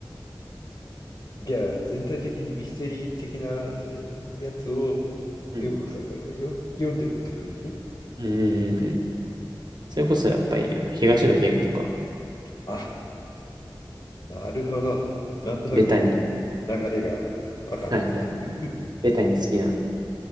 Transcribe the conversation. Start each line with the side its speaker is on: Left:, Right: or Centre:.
Left: じゃあ、全体的にミステリー的なやつをよくかよ読んでるって感じ
Right: うん。うんうんうんうん。それこそやっぱり、あの、東野圭吾とか、
Left: あ、なるほど。なんとなく流れが分かった。
Right: ベタに。はいはい。
Left: <laughs>
Right: ベタに好きな